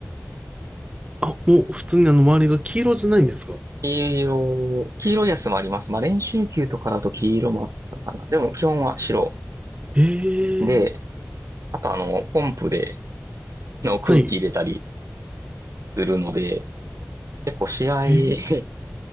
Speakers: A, on the right; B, on the right.
A: あ、もう普通にあの周りが黄色じゃないんですか
B: 黄色、黄色いやつもあります。まあ、練習球とかだと黄色もあったかな。でも基本は白。
A: ええ
B: で、あとあの、ポンプであの空気入れたり
A: はい。
B: するので、結構試合、
A: ええ
B: <laughs> 試